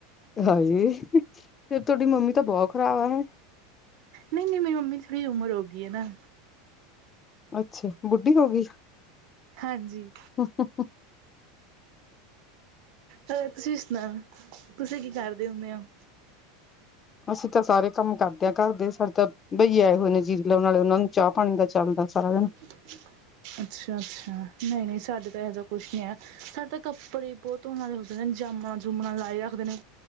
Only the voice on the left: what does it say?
ਹਾਏ, ਫਿਰ ਤੁਹਾਡੀ ਮੰਮੀ ਤਾਂ ਬਹੁਤ ਖ਼ਰਾਬ ਆ ਹਨਾ।
ਅੱਛਾ, ਬੁੱਢੀ ਹੋ ਗਈ।
<inaudible>
ਅਸੀਂ ਤਾਂ ਸਾਰੇ ਕੰਮ ਕਰਦੇ ਹਾਂ ਘਰ ਦੇ ਸਾਡੇ ਤਾਂ ਬਈਏ ਆਏ ਹੋਏ ਨੇ ਜੀਰੀ ਲਾਉਣ ਵਾਲੇ ਉਹਨਾਂ ਨੂੰ ਚਾਹ ਪਾਣੀ ਦਾ ਚੱਲਦਾ ਸਾਰਾ ਦਿਨ।